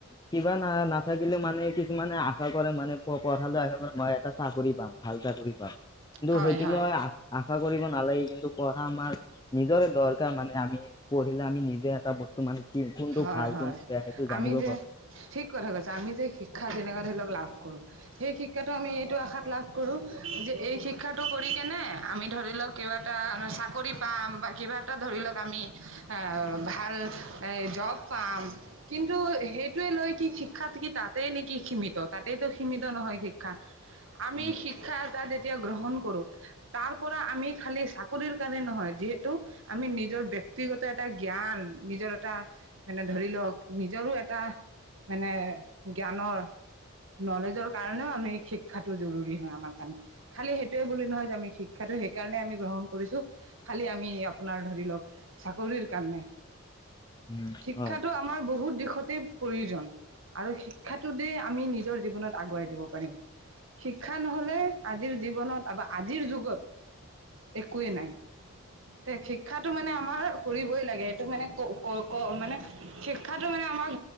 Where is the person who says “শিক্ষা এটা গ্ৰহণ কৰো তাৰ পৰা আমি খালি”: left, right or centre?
Right